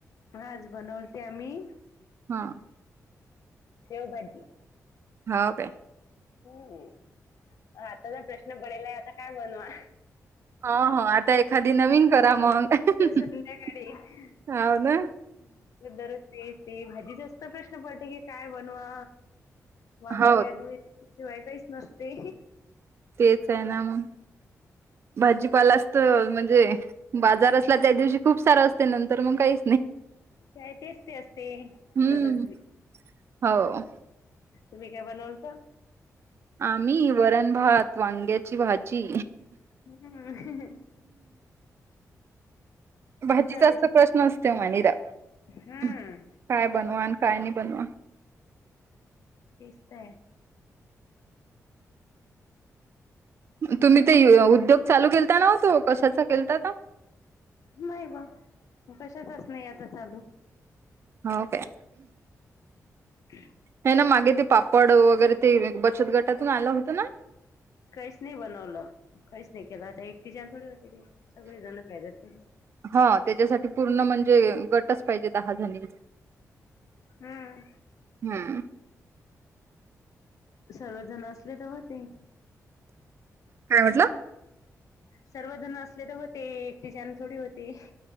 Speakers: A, on the left; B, on the right.
A: आज बनवते आम्ही
B: हा.
A: शेवभाजी.
B: हाव काय.
A: हम्म आता चा प्रश्न पडेला आहे आता काय बनवा.
B: हाव हाव आता अखदी नवीन करा मग
A: तर संध्याकाळी
B: <inaudible> हव ना
A: दररोज तेच ते भाजी जास्त प्रश्न पडते की काय बनवा <inaudible> वांगे
B: हो
A: अू शिवाय काहीच नसते.
B: तेच आहे ना मग. भाजीपाला असत, म्हणजे बाजार असला त्या दिवशी खूप सारा असते नंतर मग काही
A: <inaudible> काय तेच ते असते
B: हम्म
A: द <unintelligible>
B: हो
A: तुम्ही काय बनवलता?
B: आम्ही वरण भात, वांग्याची भाजी.
A: हम्म <inaudible>
B: भाजीचास्त
A: झालेस
B: प्रश्न असते माय नीरा
A: हम्म
B: काय बनवा आणि काय नाही बनवा.
A: तेचत आहे.
B: तुम्ही ते उद्योग चालू केलतानाव्हतो कशाचा केलता तो?
A: नाही बा कशाचच नाही आता चालू
B: हाव काय.
A: हम् <inaudible>
B: नाही ना मागे ते पापड वगैरे ते बचत गटातून आला होता ना.
A: काहीच नाही बनवलं काहीच नाही केलं आता एकटीच्यान थोडी होते ते. सगळे जण पाहिजेत की नाही.
B: हा त्याच्यासाठी पूर्ण म्हणजे गटच पाहिजे दहा जणीणचा
A: हम्म
B: हम्म.
A: सर्व जण असले तर होते.
B: <inaudible> काय म्हटलं?
A: सर्व जण असले तर होते, एकटी छन थोडी होते.